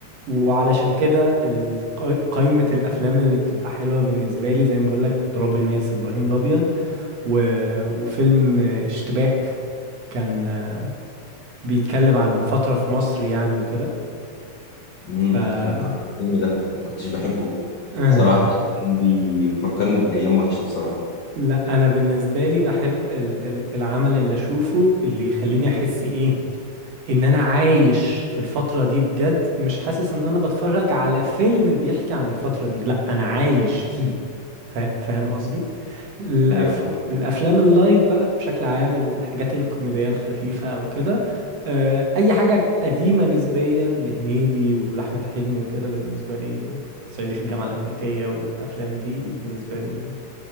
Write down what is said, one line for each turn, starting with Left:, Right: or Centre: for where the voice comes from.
Right: وعلشان كده ال- قا- قايمة الأفلام اللي بتبقى حلوة بالنسبة لي زي ما بقولك تراب الماس إبراهيم الأبيض و... وفيلم اشتباك كان آه، بيتكلم عن فترة في مصر يعني وكده
Left: امم
Right: ف <laughs>
Left: انا فاكر الفيلم ده ما كنتش بحبه
Right: آه،
Left: صراحة كان بيفكرني بأيام وحشة بصراحة
Right: لا أنا بالنسبة لي بحب ال- ال- العمل اللي أشوفه اللي يخليني أحس إيه إن أنا عايش في الفترة دي بجد مش حاسس إن أنا بتفرج على فيلم بيحكي عن الفترة دي لا أنا عايش فيه فا- فاهم قصدي؟ الأف...
Left: ايوه فاهم
Right: الافلام اللايت بقى بشكل عام الحاجات الكوميديه الخفيفه او كده آه، اي حاجه قديمه نسبيا لهنيدي ولاحمد حلمي وكده بالنسبه لي صعيدي في الجامعه الامريكيه والافلام دي بالنسبه لي